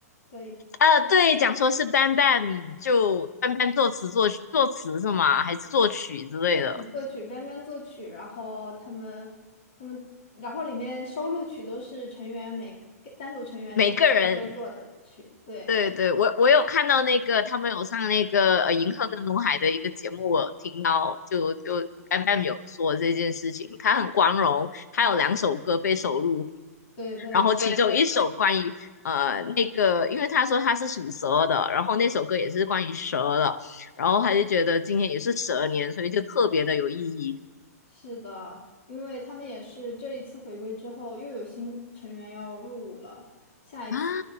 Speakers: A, on the left (about 45°); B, on the left (about 85°).
A: 对。
B: 呃，对，讲说是 b a n b a n 就 b a n b a n 作词作曲作词是吗？还是作曲之类的？
A: 作曲、作曲 b a 作曲，然后他们他们，然后里面收录曲都是成员每个单独成员每个人都做的曲，
B: 每个人，
A: 对的，
B: 对对，我我有看到那个他们有上那个呃银赫跟龙海的一个节目，我有听到就就 b a n b a n 有说这件事情，他很光荣，他有两首歌被收录。
A: 对对对，
B: 然后其对中对一首关于呃那个，
A: <laughs>
B: 因为他说他是属蛇的，然后那首歌也是关于蛇的，然后他就觉得今天也是蛇年，所以就特别的有意义
A: 是的，因为他们也是这一次回归之后又有新成员要入伍了，下一次
B: 啊。